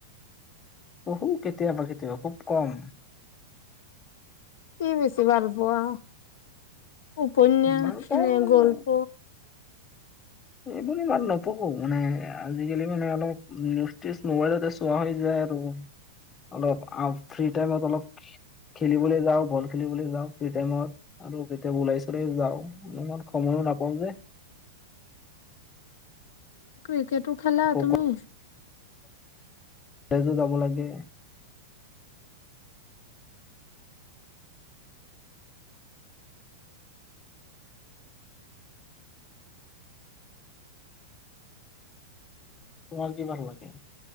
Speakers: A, on the left; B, on the left.
A: পঢ়ো কেতিয়াবা কেতিয়াবা খুব কম
B: কি বেছি ভাল পোৱা। উপন্যাস
A: মানে কম
B: নে গল্প
A: এইবোৰ ইমান নপঢ়োঁ মানে আজিকালি মানে অলপ নিউজউজ মোবাইলতে চোৱা হৈ যায় আৰু অলপ ফ্ৰী টাইমত অলপ খেলিবলৈ যাওঁ বল খেলিবলৈ যাওঁ ফ্ৰী টাইমত আৰু কেতিয়াবা ওলাই চলাই যাওঁ ইমান সময়ো নাপাওঁ যে
B: টু ক্ৰিকেটো খেলা
A: আকৌ
B: তুমি
A: তেজো যাব লাগে খোৰা কিমান লাগে